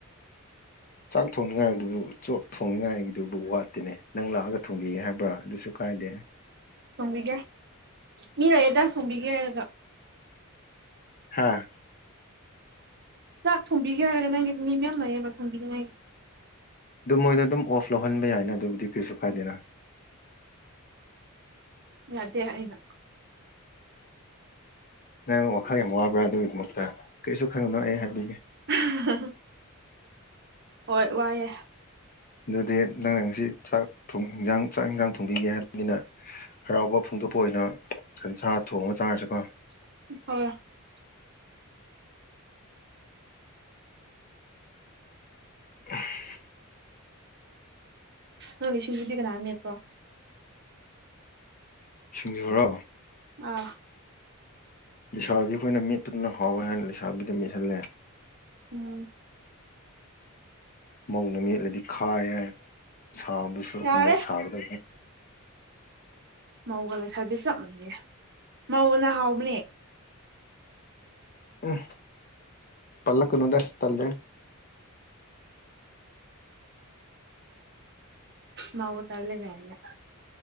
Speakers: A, on the left; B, on the right.
A: ꯆꯥꯛ ꯊꯣꯡꯅꯤꯡꯉꯥꯏꯗꯨꯕꯨ ꯆꯣꯞ ꯊꯣꯡꯅꯤꯡꯉꯥꯏꯗꯨꯕꯨ ꯋꯥꯠꯇꯦꯅꯦ ꯅꯪ ꯂꯥꯛꯑꯒ ꯊꯣꯡꯕꯤꯒꯦ ꯍꯥꯏꯕ꯭ꯔ ꯑꯗꯨꯁꯨ ꯀꯥꯏꯗꯦ
B: ꯊꫭꯡꯕꯤꯒꯦ ꯃꯤ ꯂꯩꯔꯦꯗ ꯊꫭꯡꯕꯤꯒꯦ ꯍꯥꯏꯔꯒ
A: ꯍꯥꯥ
B: ꯆꯥꯛ ꯊꯣꯡꯕꯤꯒꯦ ꯍꯥꯏꯔꯒ ꯅꯪꯒꯤ ꯃꯤ ꯃꯌꯥꯝ ꯂꯩꯌꯦꯕ ꯊꯣꯡꯕꯤꯅꯤꯡꯉꯥꯏꯒꯤ
A: ꯑꯗꯨꯝ ꯃꯣꯏꯅ ꯑꯗꯨꯝ ꯑꯣꯐ ꯂꯧꯍꯟꯕ ꯌꯥꯏꯅ ꯑꯗꯨꯕꯨꯗꯤ ꯀꯔꯤꯁꯨ ꯀꯥꯏꯗꯦꯅ
B: ꯌꯥꯗꯦ ꯑꯩꯅ
A: ꯅꯪ ꯋꯥꯈꯜ ꯌꯥꯝ ꯋꯥꯕ꯭ꯔ ꯑꯗꯨꯒꯤꯗꯃꯛꯇ ꯀꯔꯤꯁꯨ ꯈꯟꯒꯅꯣ ꯑꯩ ꯍꯥꯏꯕꯤꯒꯦ
B: ꯑꯍꯍ ꯍꯥ ꯍꯣꯏ ꯋꯥꯏꯌꯦ
A: ꯑꯗꯨꯗꯤ ꯅꯪꯅ ꯉꯁꯤ ꯆꯥꯛ ꯊꫭꯡ ꯏꯟꯁꯥꯡ ꯆꯥꯛ ꯏꯟꯁꯥꯡ ꯊꯣꯡꯕꯤꯒꯦ ꯍꯥꯏꯕꯅꯤꯅ ꯍꯔꯥꯎꯕ ꯐꯣꯡꯗꯣꯛꯄ ꯑꯣꯏꯅ ꯁꯟꯁꯥ ꯊꯣꯡꯉ ꯆꯥꯔꯁꯤꯀꯣ
B: <unintelligible>
A: <unintelligible>
B: ꯅꯣꯏꯒꯤ ꯁꯤꯖꯨꯗꯤ ꯀꯅꯥ ꯃꯦꯠꯄꯣ
A: ꯁꯤꯡꯖꯨꯔꯣ
B: ꯑ
A: ꯂꯩꯁꯥꯕꯤ ꯈꯣꯏꯅ ꯃꯦꯠꯄꯗꯨꯅ ꯍꯥꯎꯋꯦ ꯍꯥꯏꯅ ꯂꯩꯁꯥꯕꯤꯗ ꯃꯦꯠꯍꯜꯂꯦ
B: ꯎꯝ
A: ꯃꯧꯅ ꯃꯦꯠꯂꯗꯤ ꯈꯥꯏ ꯌꯦ ꯁꯥꯕꯁꯨ
B: ꯌꯥꯔꯦ
A: ꯃꯣꯛ ꯁꯥꯒꯗꯕꯅꯦ
B: ꯃꯧꯒ ꯂꯩꯁꯥꯕꯤ ꯆꯞ ꯃꯥꯟꯅꯩꯌꯦ ꯃꯧꯅ ꯍꯥꯎꯕꯅꯦ
A: ꯎꯝ ꯄꯜꯂꯛꯀꯅꯨꯗ ꯇꯜꯂꯦꯍꯦ
B: ꯃꯧ ꯇꯜꯂꯦ ꯒꯥꯏꯅ